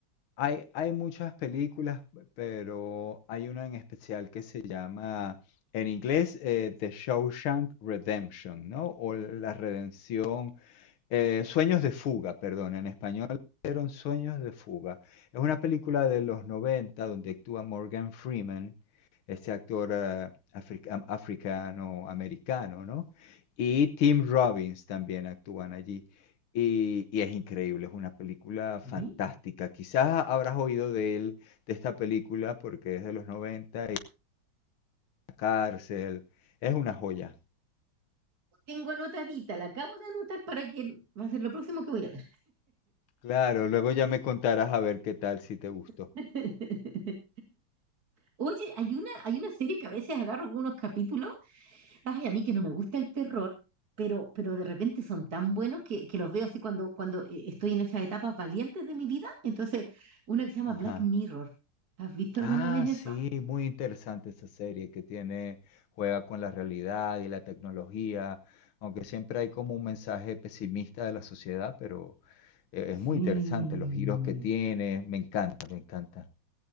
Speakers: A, on the left; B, on the right.
A: hay, hay muchas películas, pero hay una en especial que se llama, en inglés, eh, The Shawshank Redemption, ¿no? O La Redención Eh, Sueños de fuga, perdón, en español eran Sueños de fuga. Es una película de los 90 donde actúa Morgan Freeman, este actor eh, afri- am- africano-americano, ¿no? Y Tim Robbins también actúan allí. Y, y es increíble, es una película
B: Sí.
A: fantástica. Quizás habrás oído de él, de esta película, porque es de los 90 y la cárcel. Es una joya.
B: Tengo anotadita, la acabo de anotar para que va a ser lo próximo que voy a ver.
A: Claro, luego ya me contarás a ver qué tal si te gustó.
B: <laughs> Oye, hay una, hay una serie que a veces agarro unos capítulos Ay, a mí que no me gusta el terror, pero, pero de repente son tan buenos que, que los veo así cuando, cuando eh, estoy en esas etapas valientes de mi vida. Entonces, una que se llama
A: Ajá.
B: Black Mirror. ¿Has visto
A: Ah,
B: alguna vez eso?
A: sí, muy interesante esa serie que tiene, juega con la realidad y la tecnología, aunque siempre hay como un mensaje pesimista de la sociedad, pero eh, es
B: Sí.
A: muy interesante los giros que tiene, me encanta, me encanta.